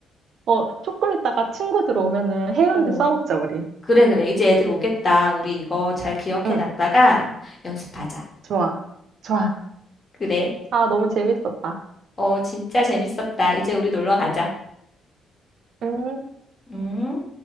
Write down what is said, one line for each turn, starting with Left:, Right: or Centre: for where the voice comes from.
Right: 어, 조금 있다가 친구들 오면은 해운대
Left: 어.
Right: 써먹자, 우리.
Left: 그래, 그래. 이제 애들 오겠다. 우리 이거 잘 기억해
Right: 응,
Left: 놨다가 연습하자.
Right: 좋아. 좋아.
Left: 그래.
Right: 아, 너무 재밌었다.
Left: 어, 진짜 재밌었다. 이제 우리 놀러 가자.
Right: 음.
Left: 응?